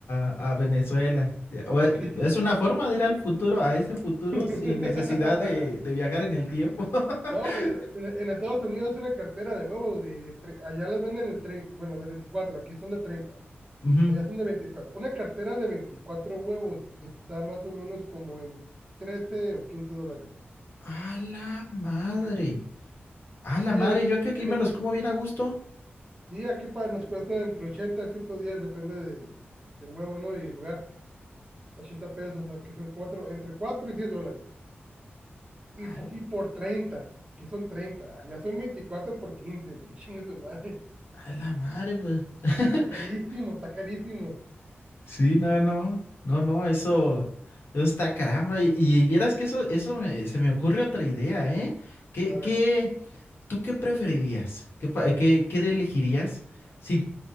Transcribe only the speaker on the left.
a- a Venezuela. Eh, bue-
Es una forma de ir al futuro, a ese futuro,
sin necesidad de, de viajar en el tiempo. <laughs>
Ujú.
A la madre. A la
madre,
yo que aquí me los como bien a gusto.
A
la,
a la madre, pues. <laughs>
Sí, no, no. No, no, eso, eso está caramba. Y, y vieras que eso, eso me- se me ocurre otra idea, ¿eh? ¿Qué,
qué? ¿Tú qué preferirías? ¿Qué, pa- qué, qué elegirías si